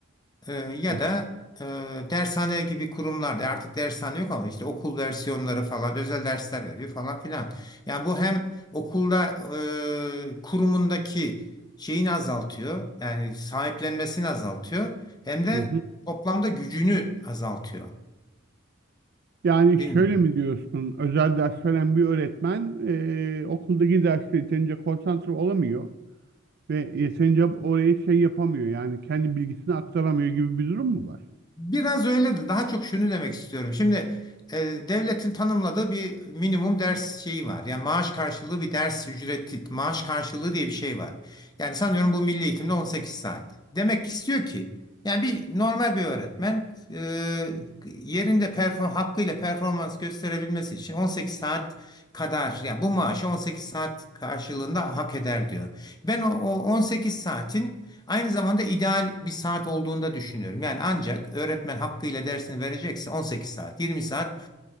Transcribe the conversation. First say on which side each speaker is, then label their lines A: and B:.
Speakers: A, on the left; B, on the right.
A: Ee, ya
B: Hı hı,
A: da e, dershane gibi kurumlarda artık dershane yok ama işte okul versiyonları falan özel dersler veriyor falan filan. Yani bu hem okulda e, kurumundaki şeyini azaltıyor yani sahiplenmesini azaltıyor hem de
B: hı hı.
A: toplamda gücünü azaltıyor.
B: Yani
A: Bilmiyorum.
B: şöyle mi diyorsun? Özel ders veren bir öğretmen e, okuldaki derste yeterince konsantre olamıyor ve yeterince oraya şey yapamıyor yani kendi bilgisini aktaramıyor gibi bir durum mu var?
A: Biraz öyle de daha çok şunu demek istiyorum. Şimdi e, devletin tanımladığı bir minimum ders şeyi var. Yani maaş karşılığı bir ders ücreti, maaş karşılığı diye bir şey var. Yani sanıyorum bu milli eğitimde 18 saat. Demek istiyor ki yani bir normal bir öğretmen e, yerinde perform hakkıyla performans gösterebilmesi için 18 saat kadar yani bu maaşı 18 saat karşılığında hak eder diyor. Ben o, o 18 saatin Aynı zamanda ideal bir saat olduğunda düşünüyorum. Yani ancak öğretmen hakkıyla dersini verecekse 18 saat, 20 saat